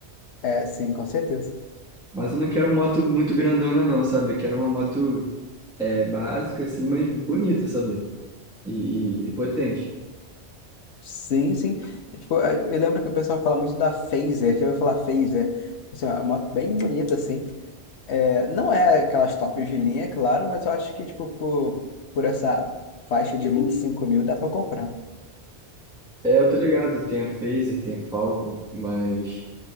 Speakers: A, on the left (about 75°); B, in the centre.
A: É, sim, com certeza.
B: Mas eu não quero moto muito grandona, não, sabe? Eu quero uma moto, é, básica, assim, mas bonita, sabe? E, e, e potente.
A: Sim, sim. É, Tipo, é, eu lembro que o pessoal fala muito da Phaser. Já ouviu falar Phaser? Tipo Assim, é uma moto bem bonita, assim. É, não é aquelas tops de linha, é claro, mas eu acho que, tipo, por, por essa faixa de 25 mil dá pra comprar.
B: É, eu tô ligado, tem a Fazer, tem a Falcon, mas...